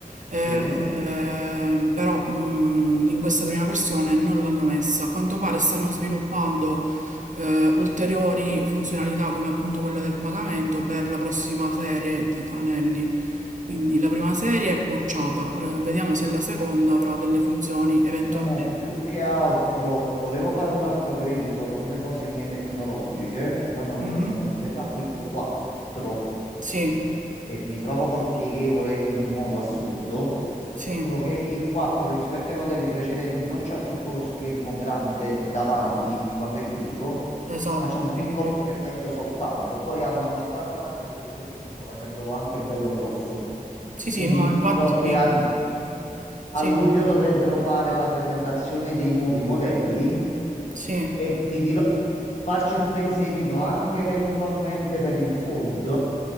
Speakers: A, on the right; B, on the left.
A: eh,
B: Sì.
A: eh, però mh, in questa prima versione non l'hanno messa. A quanto pare stanno sviluppando eh, ulteriori funzionalità come appunto quella del pagamento per la prossima serie di anelli. Quindi la prima serie è bocciata, L- vediamo se la seconda avrà delle funzioni eventualmente.
B: Io mo più che altro volevo fare un upgrade su alcune cose mie tecnologiche. Io al momento
A: Mm?
B: ho uno Z Flip 4
A: Sì,
B: e mi trovo col pieghevole in un modo assurdo.
A: sì,
B: Solo che il 4 rispetto ai modelli precedenti non c'ha tutto lo schermo grande davanti quando è chiuso,
A: esatto,
B: ma c'è un
A: sì,
B: piccolo
A: sì, sì.
B: schermetto soltanto. Poi hanno aumentato la risoluzione e tutto facendolo anche bello grosso.
A: Sì, sì,
B: Quindi
A: no, infatti,
B: so che a, a
A: sì,
B: luglio dovrebbero fare la presentazione dei nuovi modelli
A: sì.
B: e ti dirò farci un pensierino anche eventualmente per il Fold,